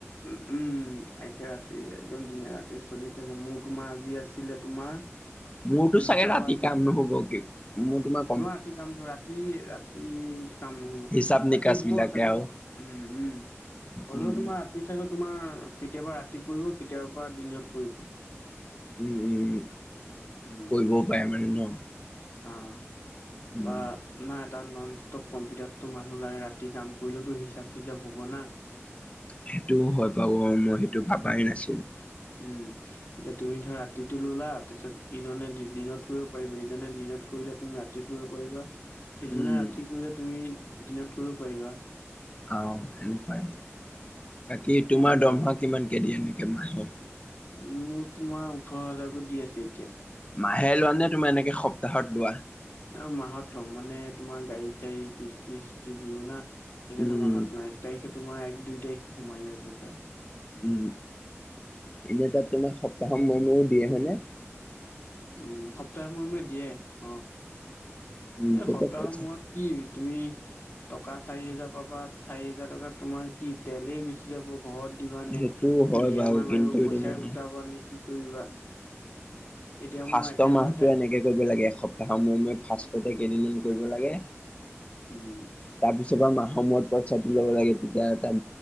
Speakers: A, on the left (about 55°); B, on the left (about 25°).
A: উম, উম। একে ৰাতি একদম দিনে ৰাতি চলি থাকে, মোৰ তোমাৰ আজি আছিলে তোমাৰ
B: মোৰতো চাগে
A: দুটাৰ
B: ৰাতি
A: পৰা আছিলে
B: কাম ন'হব কি, মোৰ তোমাক
A: তোমাৰ ৰাতি কাম নহয়, ৰাতি ৰাতি কাম নহব।
B: হিচাপ নিকাচ
A: ৰাতি শুব
B: বিলাকে
A: চাগৈ
B: আৰু
A: উম, উম। হ'লেও
B: উম।
A: তোমাৰ ৰাতি চাগৈ তোমাৰ কেতিয়াবা ৰাতি পৰিব, কেতিয়াবাৰ পৰা দিনত পৰিব।
B: উম, উম, উম।
A: উম
B: পৰিবও পাৰে মানে ন?
A: অ'।
B: উম,
A: বা না তাত নন ষ্টপ কম্পিউটাৰটো মানুহ লাগে ৰাতি কাম কৰিলেওতো হিচাপ চিচাপ হ'ব না।
B: সেইটোও হয় বাৰু অ', মই সেইটো ভাবাই নাছিলোঁ।
A: উম, এতিয়া তুমি ধৰা ৰাতিটো ললা তাৰপিছত ইজনে দি-দিনত কৰিব পাৰিব, ইজনে দিনত কৰিলে তুমি ৰাতি কৰিব পাৰিবা, সিজনে
B: উম,
A: ৰাতি কৰিলে তুমি দিনত কৰিব পাৰিবা।
B: আ, সেনেকুৱাই। বাকী তোমাৰ
A: সেনেকুৱা
B: দৰমহা কিমানকে দিয়ে এনেকে মাহে?
A: মোৰ তোমাৰ ওঠৰ হাজাৰকৈ দি আছে এতিয়া।
B: মাহে লোৱা নে, তোমাৰ এনেকে সপ্তাহত লোৱা?
A: ন মাহত লওঁ, মানে তোমাৰ গাড়ী চাড়ী কিস্তি চস্তি দিওঁ না। সেইকাৰণে
B: উম,
A: মাহত লওঁ। এক তাৰিখে তোমাৰ এক দুই তাৰিখে সোমাই যায় পইচা।
B: উম, এনে তাত তোমাৰ সপ্তাহৰ মূৰে মূৰেও দিয়ে হয়নে?
A: উম, সপ্তাহ মূৰে মূৰে দিয়ে অ'।
B: উম,
A: এ,
B: তেতিয়া
A: সপ্তাহৰ
B: পইচা
A: মূৰত কি তুমি টকা চাৰি হেজাৰ পাবা, চাৰি হোজাৰ টকা তোমাৰ কি তেলেই গুচি যাব। ঘৰত দিবা নে?
B: সেইটো
A: নে
B: হয়
A: ই
B: বাৰু
A: এম আই
B: কিন্তু
A: মাৰিব পইচাই
B: তোমাৰ
A: গোটাব নে কি কৰিবা? এতিয়া
B: ফাৰ্ষ্ট
A: মোৰ একেবাৰতে
B: মাহটো এনেকে কৰিব লাগে, এসপ্তাহৰ মোৰে, মোৰে ফাৰ্ষ্ট কেইদিনমান কৰিব লাগে।
A: উম
B: তাৰপিছত বা মাহৰ মূৰত পই পইচাটো ল'ব লাগে, তেতিয়া ত